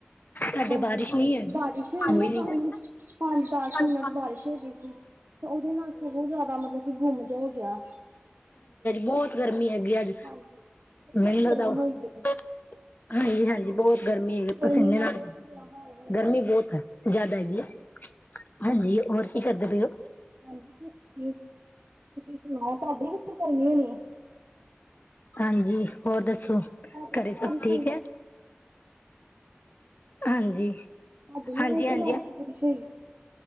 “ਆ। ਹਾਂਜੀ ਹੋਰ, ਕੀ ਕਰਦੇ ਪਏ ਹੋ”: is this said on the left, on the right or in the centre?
Left